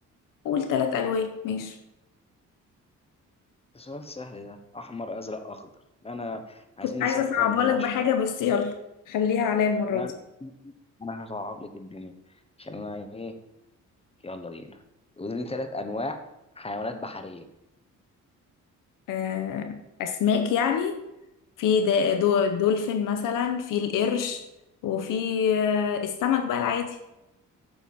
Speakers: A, on the left; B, on the left.
A: قول ثلاث ألوان ماشي
B: ده سؤال سهل ده احمر ازرق اخضر انا عايزين
A: كنت عايزة
B: نسخن
A: أصعبها
B: الموضوع
A: لك
B: شويه
A: بحاجة بس يلا خليها عليا المرة
B: لا
A: دي
B: انا هصعب لك الدنيا عشان انا ايه يلا بينا قولي لي ثلاث انواع حيوانات بحريه
A: آه أسماك يعني في دا- دو- دولفين مثلا في القرش وفي آه، السمك بقى العادي